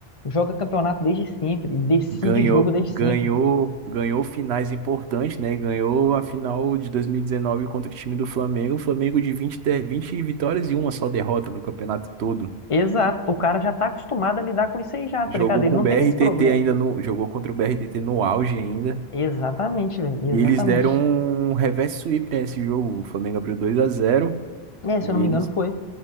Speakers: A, on the left; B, on the right.
A: joga campeonato desde sempre, decide
B: ganhou,
A: jogo desde
B: ganhou,
A: sempre.
B: ganhou finais importantes, né? Ganhou a final de 2019 contra o time do Flamengo. O Flamengo de 20, de- 20 vitórias e uma só derrota no campeonato todo.
A: Exato, o cara já tá acostumado a lidar com isso aí já,
B: Jogou
A: tá ligado? Ele
B: com
A: não
B: o BRTT
A: tem esse problema.
B: ainda no, jogou contra o BRTT no auge ainda.
A: Exatamente, velho,
B: E
A: exatamente.
B: eles deram um reverse sweep né, nesse jogo. O Flamengo abriu dois a zero
A: É,
B: e
A: se eu não me
B: eles,
A: engano, foi.